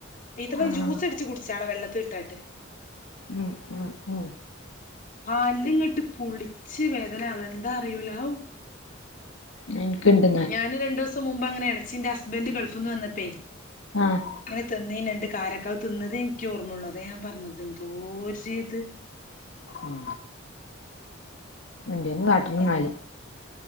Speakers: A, on the left (about 45°); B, on the left (about 80°).
A: ഈത്തപ്പയം
B: ആഹ്
A: ജ്യൂസ് അടിച്ച് കുടിച്ചാള വെള്ളത്തി ഇട്ടാണ്ട്
B: ഉം ഉം ഉം
A: പല്ല് ഇങ്ങട്ട് പുളിച്ച് വേദനാവ എന്താ അറിയുല ഹോ
B: അ ഇൻക്ണ്ട്
A: ഞാന് രണ്ടുസ്സം മുമ്പ് അങ്ങനെ എളച്ചിന്റെ ഹസ്ബെന്റ ഗൾഫ്ന്ന് വന്നപ്പേ
B: ആഹ്
A: അങ്ങനെ തിന്നീന് രണ്ട് കാരക്കാതിന്നതേ എനിക്ക് ഓർ മ്മയുള്ളൂ അതാ ഞാൻ പറഞ്ഞത് എന്തോ ര് ത്
B: ഉം എന്തെങ്കിലും കാട്ടണം ന്നാല്
A: എൻ